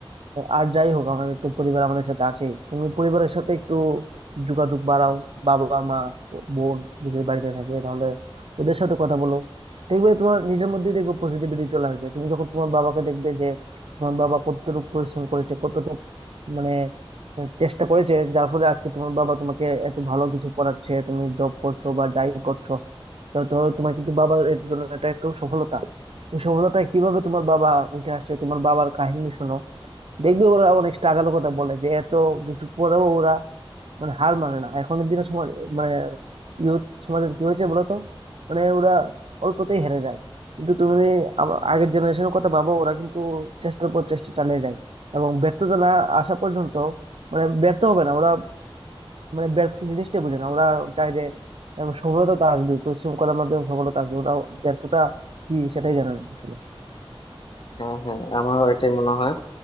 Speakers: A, on the right; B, on the left.
A: আর যাই হোক আমাদের তো পরিবার আমাদের সাথে আছেই তুমি পরিবারের সাথে একটু যোগাযোগ বাড়াও বাবা মা বোন যদি বাড়িতে থাকে তাহলে ওদের সাথে কথা বলো দেখবে তোমার নিজের মধ্যেই দেখবে পজিটিভিটি চলে আসবে তুমি যখন তোমার বাবাকে দেখবে যে তোমার বাবা কতটুকু পরিশ্রম করেছে কতটুকু মানে আহ, চেষ্টা করেছে যার ফলে আজকে তোমার বাবা তোমাকে এত ভালো কিছু পড়াচ্ছে তুমি জব করছো বা যাই করছো তো ধরো তোমার কিন্তু বাবার এর জন্য এটা একটু সফলতা ওই সফলতায় কিভাবে তোমার বাবা উঠে আসছে তোমার বাবার কাহিনী শোনো দেখবে ওরা অনেক স্ট্রাগলের কথা বলে যে এত কিছু পরেও ওরা মানে হার মানে না এখনের দিনে সমাজ মানে ইউথ সমাজের কি হয়েছে বলতো মানে ওরা অল্পতেই হেরে যায় কিন্তু তুমি যদি আমা- আগের জেনারেশনের কথা ভাবো ওরা কিন্তু চেষ্টার পর চেষ্টা চালিয়ে যায় এবং ব্যর্থতা না আসা পর্যন্ত মানে ব্যর্থ হবে না ওরা মানে ব্যর্থ জিনিসটাই বোঝে না ওরা চায় যে এবং সফলতা তো আসবে পরিশ্রম করার মাধ্যমে সফলতা আসবে ওরা ব্যর্থতা কি সেটাই জানে না আসলে
B: হ্যাঁ হ্যাঁ আমারও এটাই মনে হয়